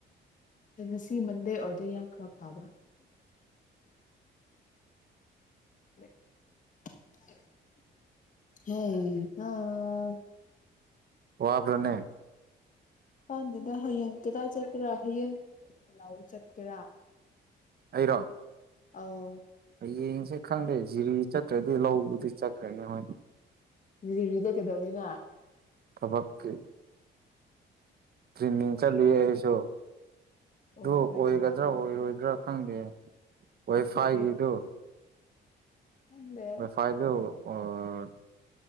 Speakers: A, on the left; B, on the right.
A: ꯉꯁꯤ ꯃꯟꯗꯦ ꯑꯣꯏꯔꯗꯤ ꯌꯥꯝ ꯈꯔ ꯐꯥꯕ <unintelligible>
B: ꯋꯥꯕ꯭ꯔꯅꯦ
A: ꯋꯥꯗꯦꯗ ꯍꯌꯦꯡ ꯀꯗꯥꯏ ꯆꯠꯀꯦꯔꯥ ꯍꯌꯦꯡ ꯂꯧ ꯆꯠꯀꯦꯔꯥ
B: ꯑꯩꯔꯣ
A: ꯑꯧ
B: ꯍꯌꯦꯡꯁꯦ ꯈꯪꯗꯦ ꯖꯤꯔꯤ ꯆꯠꯇ꯭ꯔꯗꯤ ꯂꯧꯕꯗꯤ ꯆꯠꯈ꯭ꯔꯅꯤ ꯍꯣꯏ
A: <unintelligible> ꯀꯩꯗꯧꯅꯤ ꯅꯣꯏ
B: ꯊꯕꯛꯀꯤ ꯇ꯭ꯔꯦꯟꯅꯤꯡ ꯆꯠꯂꯤꯌꯦ ꯑꯩꯁꯨ ꯑꯗꯨ
A: ꯑꯣ ꯀꯔꯤ
B: ꯑꯣꯏꯒꯗ꯭ꯔꯥ
A: ꯊꯕꯛꯔꯣ
B: ꯑꯣꯏꯔꯣꯏꯗ꯭ꯔꯥ ꯈꯪꯗꯦ ꯋꯥꯏꯐꯥꯏꯒꯤꯗꯨ
A: ꯀꯔꯤ ꯈꯪꯗꯦ
B: ꯋꯥꯏꯐꯥꯏꯗꯨ ꯑꯥ